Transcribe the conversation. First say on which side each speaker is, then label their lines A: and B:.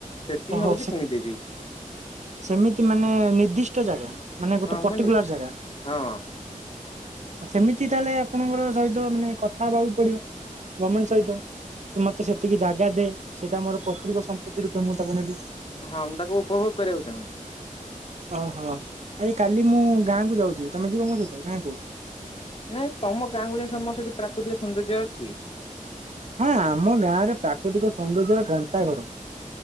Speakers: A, on the left; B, on the right.
A: ସେତିକି
B: ଓହୋ
A: ଭାବୁଛି
B: ସେ
A: କିଣିଦେବି
B: ସେମିତି ମାନେ ନିର୍ଦ୍ଦିଷ୍ଟ ଜାଗା ମାନେ ଗୋଟେ
A: ହଁ
B: ପର୍ଟିକୁଲାର
A: ମୁଁ ନି
B: ଜାଗା
A: ହଁ
B: ସେମିତି ତାହେଲେ ଆପଣଙ୍କର ସହିତ ମାନେ କଥା ହେବାକୁ ପଡିବ ଗମେଣ୍ଟ ସହିତ କି ମତେ ସେତିକି ଜାଗା ଦେ ସେଇଟା ମୋର ପୈତୃକ ସମ୍ପତ୍ତିରୁ ପେ ମୁ ତାକୁ ନେବି
A: ହଁ ମୁଁ ତାକୁ ଉପଭୋଗ କରିବାକୁ ଚାହୁଁଚି।
B: ଓହୋ ଆରେ କାଲି ମୁଁ ଗାଁକୁ ଯାଉଚି ତମେ ଯିବ ମୋ ସହିତ ଗାଁକୁ?
A: ନାଇଁ ତମ ଗାଁକୁ ଯାଇ ସମ ସେଇଠି ପ୍ରାକୃତିକ ସୌନ୍ଦର୍ଯ୍ୟ ଅଛି?
B: ହଁ ଆମ ଗାଁରେ ପ୍ରାକୃତିକ ସୌନ୍ଦର୍ଯ୍ୟର ଗନ୍ତାଘର।